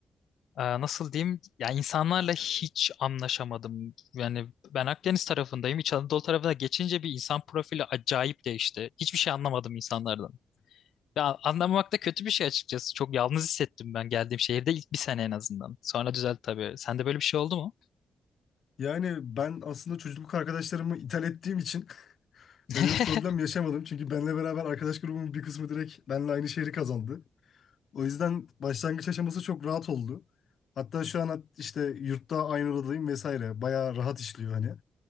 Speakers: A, on the left (about 75°); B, on the left (about 55°).
A: Aa, Nasıl diyeyim? Ya insanlarla hiç anlaşamadım. Yani ben Akdeniz tarafındayım. İç Anadolu tarafına geçince bir insan profili acayip değişti. Hiçbir şey anlamadım insanlardan. Ya anlamamak da kötü bir şey açıkçası. Çok yalnız hissettim ben geldiğim şehirde ilk bir sene en azından. Sonra düzeldi tabii. Sende böyle bir şey oldu mu?
B: Yani ben aslında çocukluk arkadaşlarımı ithal ettiğim için <laughs>
A: <laughs>
B: böyle bir problem yaşamadım. Çünkü benle beraber arkadaş grubumun bir kısmı direkt benle aynı şehri kazandı. O yüzden başlangıç aşaması çok rahat oldu. Hatta şu an işte yurtta aynı odadayım vesaire. Bayağı rahat işliyor hani.